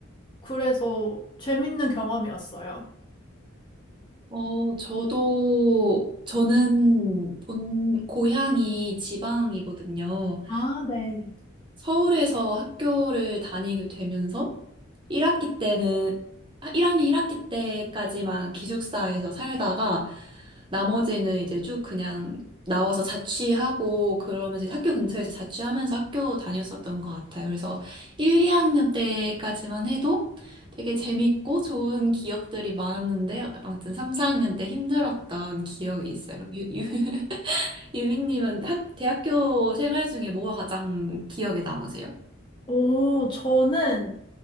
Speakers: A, on the left (about 25°); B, on the right (about 25°).
A: 그래서 재밌는 경험이었어요.
B: 어, 저도, 저는 본, 고향이 지방이거든요.
A: 아, 네.
B: 서울에서 학교를 다니게 되면서 1학기 때는, 아, 1학년 1학기 때까지만 기숙사에서 살다가 나머지는 이제 쭉 그냥 나와서 자취하고 그러면서 이제 학교 근처에서 자취하면서 학교 다녔었던 것 같아요. 그래서 1, 2학년 때까지만 해도 되게 재밌고 좋은 기억들이 많았는데 아무튼 3, 4학년 때 힘들었던 기억이 있어요. 유, 유, <laughs> 유민님은 학, 대학교 생활 중에 뭐가 가장 기억에 남으세요?
A: 오, 저는